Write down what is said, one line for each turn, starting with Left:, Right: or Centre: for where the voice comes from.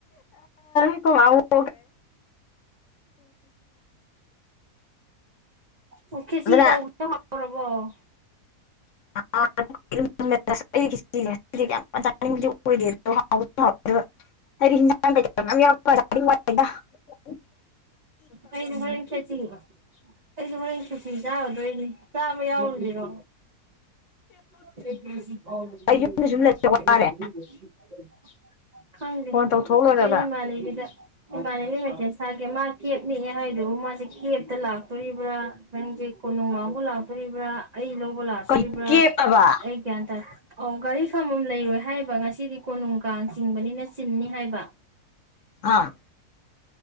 Left: ꯑꯈꯣꯏ ꯃꯥꯕꯨ
Right: ꯑꯣ ꯈꯦꯁꯤ
Left: ꯑꯗꯨꯅ
Right: ꯇꯧ <unintelligible>
Left: <unintelligible> <unintelligible> <unintelligible>
Right: ꯑꯩꯗꯤ ꯍꯣꯔꯦꯟ ꯈꯦꯆꯤ ꯑꯩꯁꯨ ꯍꯥꯎꯔꯦꯅ ꯈꯦꯆꯤ ꯆꯥꯔꯗꯣꯏꯅꯤ ꯆꯥꯕ ꯌꯥꯎꯔꯨꯁꯤꯔꯣ <inaudible>
Left: ꯌꯨꯝꯗ ꯁꯨꯝ ꯂꯩꯔ ꯋꯥꯔꯦ
Right: ꯈꯪꯗ‌ꯦ
Left: ꯐꯣꯟ ꯇꯧꯊꯣꯛ ꯂꯣꯏꯔꯒ
Right: ꯑꯩ ꯃꯥꯂꯩꯒꯤꯗ ꯏꯃꯥꯟꯅꯦ ꯃꯦꯁꯦꯁ ꯇꯥꯒꯦ ꯁꯥꯒꯦ ꯃꯥ ꯀꯦꯞꯅꯤ ꯍꯥꯏꯗꯨꯕꯨ ꯃꯥꯁꯦ ꯀꯦꯞꯇ ꯂꯥꯛꯇꯣꯔꯤꯕ꯭ꯔꯥ ꯈꯟꯒꯦ ꯀꯣꯅꯨꯡ ꯃꯥꯥꯎꯕ ꯂꯥꯛꯇꯣꯔꯤꯕ꯭ꯔꯥ ꯑꯩ ꯂꯧꯕ ꯂꯥꯛꯇꯣꯔꯤꯕ꯭ꯔꯥ
Left: ꯀꯔꯤ ꯀꯦꯞꯑꯕ
Right: ꯑꯩ ꯒ꯭ꯌꯥꯟ ꯇꯥꯗꯦ꯫ ꯑꯣ ꯒꯥꯔꯤ ꯈꯥꯝꯕꯝ ꯂꯩꯔꯣꯏ ꯍꯥꯏꯕ ꯉꯁꯤꯗꯤ ꯀꯣꯅꯨꯡ ꯀꯥꯡ ꯆꯤꯡꯕꯅꯤꯅ ꯆꯤꯟꯅꯤ ꯍꯥꯏꯕ
Left: ꯑ